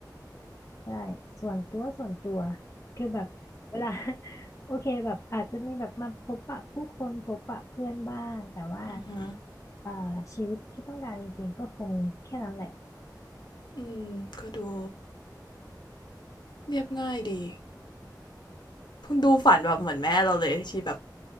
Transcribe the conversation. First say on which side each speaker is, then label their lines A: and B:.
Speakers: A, on the left; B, on the left.
A: ใช่ส่วนตัวส่วนตัวคือแบบเวลา <laughs> โอเคแบบอาจจะมีแบบมาพบปะผู้คนพบปะเพื่อนบ้างแต่ว่า
B: อือหือ
A: เอ่อชีวิตที่ต้องการจริงๆก็คงแค่นั้นแหละ
B: อืมก็ดูเรียบง่ายดี ดูฝันแบบเหมือนแม่เราเลยที่แบบ